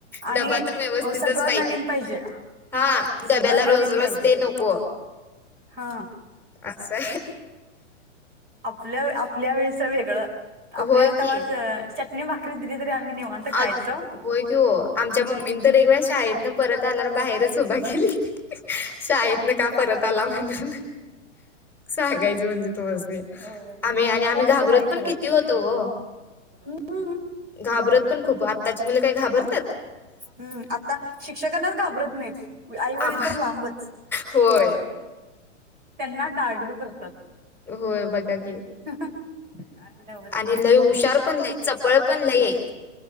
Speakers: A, on the right; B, in the centre.
A: आणि
B: डबा तर व्यवस्थितच
A: सग नन पाहिजे
B: हा
A: स
B: डब्याला
A: नन
B: रोज
A: <unintelligible>
B: रोज
A: पाहिजेत
B: ते नको
A: हा
B: असं
A: आपल्या आपल्या वेळेचं वेगळं आपल्याला
B: होय
A: तेव्हा
B: की.
A: चटणी भाकरी दिली तरी आम्ही निवांत खायचो.
B: आ होय त हो आमच्या मम्मीनी तर एकळ्या शाळेतन परत आल्यावर बाहेरच उभा के ली शाळेत ना का परत आला म्हणून सांगायचं म्हणजे तुम्हाला
A: होय
B: आम्ही आणि
A: आत्ता
B: आम्ही घाबरत
A: तसं नाही
B: पण
A: खरं.
B: किती होतो हो
A: हम्म
B: घाबरत पण खूप आत्ताची मुलं काही घाबरतात
A: हम्म आता शिक्षकांनाच घाबरत नाहीच आईवडील
B: आम
A: तर लांबच
B: होय.
A: त्यांना डर डर करतो
B: होय बघा कि
A: काय नव्हच
B: आणि लय हुशार पण लईत चपळ पण लय आहेत